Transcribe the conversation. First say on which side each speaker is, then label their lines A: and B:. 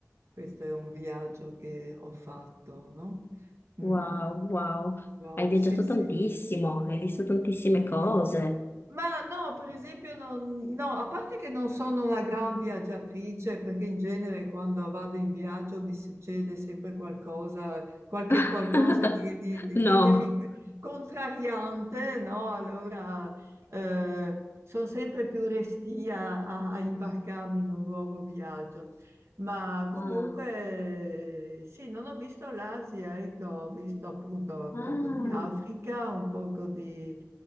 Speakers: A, on the right; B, on the left.
A: questo è un viaggio che ho fatto, no?
B: Wow,
A: Mm, mm.
B: wow.
A: Wow,
B: Hai viaggiato
A: sì, sì.
B: tantissimo, hai visto tantissime cose.
A: Ma no, per esempio, non- no, a parte che non sono una gran viaggiatrice, perché in genere quando vado in viaggio mi succede sempre qualcosa, qualche
B: <laughs>
A: qualcosa di, di- di-
B: No.
A: che, che mi contrariante, no? Allora eh, sono sempre più restia a, a imbarcarmi in un nuovo viaggio. Ma comunque
B: Ah,
A: sì, non ho visto l'Asia, ecco, ho visto appunto un
B: ah,
A: poco di Africa, un poco di